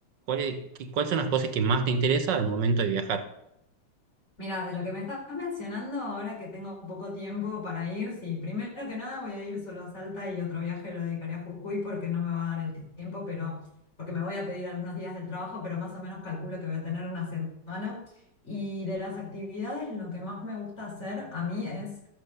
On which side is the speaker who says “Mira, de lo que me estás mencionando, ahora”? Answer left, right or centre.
Left